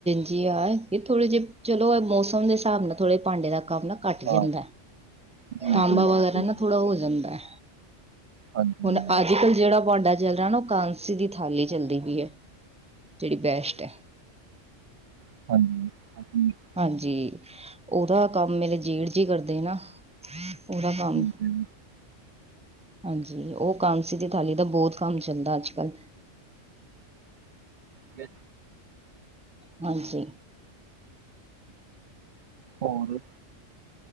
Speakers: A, in the centre; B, on the right.
A: ਜੀ ਹ ਇਹ ਥੋੜੇ ਜਿਹੇ ਚਲੋ ਮੌਸਮ ਦੇ ਹਿਸਾਬ ਨਾਲ ਥੋੜੇ ਭਾਂਡੇ ਦਾ ਕੰਮ ਨਾ ਘੱਟ
B: ਹਾਂ
A: ਜਾਂਦਾ
B: ਜੀ-ਜੀ
A: ਤਾਂਬਾ ਵਗੈਰਾ
B: ਬਿਲਕੁਲ
A: ਨਾ ਥੋੜਾ ਹੋ ਜਾਂਦਾ ਹੈ
B: ਹਾਂਜੀ-ਹਾਂਜੀ,
A: ਹੁਣ ਅੱਜ ਕੱਲ੍ਹ ਜਿਹੜਾ ਤੁਹਾਡਾ ਚੱਲ ਰਿਹਾ ਨਾ ਉਹ ਕਾਂਸੀ ਦੀ ਥਾਲੀ ਚੱਲਦੀ ਪਈ ਹੈ। ਜਿਹੜੀ ਬੈਸਟ ਹੈ।
B: ਹਾਂਜੀ ਹੀ
A: ਹਾਂਜੀ, ਉਹਦਾ ਕੰਮ ਮੇਰੇ ਜੇਠ ਜੀ ਕਰਦੇ ਨਾ ਪੂਰਾ ਕੰਮ
B: ਠੀਕ ਹੈ ਜੀ।
A: ਹਾਂਜੀ ਉਹ ਕਾਂਸੀ ਦੀ ਥਾਲੀ ਦਾ ਬਹੁਤ ਕੰਮ ਚੱਲਦਾ ਅੱਜ ਕੱਲ੍ਹ।
B: ਠੀ
A: ਹਾਂਜੀ
B: ਹੋਰ